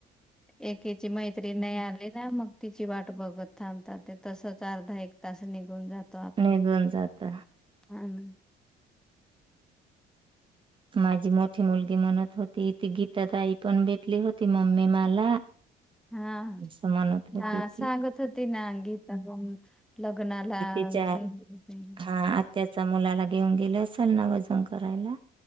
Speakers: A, in the centre; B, on the right (about 30°).
A: एकीची मैत्री नाये आली ना मग तिची वाट बघत थांबतात ते तसच अर्धा एक तास निघून जातो आपला
B: निघून जात
A: हाना. <inaudible>
B: माझी मोठी मुलगी म्हणत होती, ती गीता ताई पण भेटली होती मम्मी मला
A: हा
B: असं म्हणत होती
A: हा सांगत
B: ती
A: हा होती ना गीता तनं लग्नाला.
B: इच्या
A: गेली होती
B: हा आत्याच्या मुलाला घेऊन गेल असल ना वजन करायला.